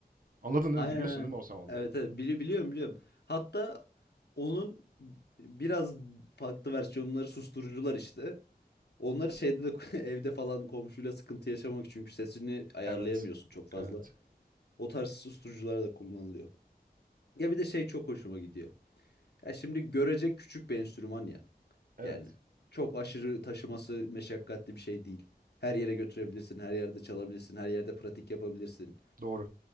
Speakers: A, on the right; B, on the left.
A: Anladın değil
B: Aynen
A: mi? Biliyorsun
B: aynen.
A: değil mi o sound'u?
B: Evet evet Bili biliyorum biliyorum. Hatta onun biraz farklı versiyonları susturucular işte. Onları şeyde de <laughs> evde falan komşuyla sıkıntı yaşamak çünkü sesini ayarlayamıyorsun
A: Evet.
B: çok fazla.
A: Evet.
B: O tarz susturucular da kullanılıyor. Ya bir de şey çok hoşuma gidiyor. Ya şimdi görecek küçük bir enstrüman ya.
A: Evet.
B: Yani çok aşırı taşıması meşakkatli bir şey değil. Her yere götürebilirsin, her yerde çalabilirsin, her yerde pratik yapabilirsin.
A: Doğru.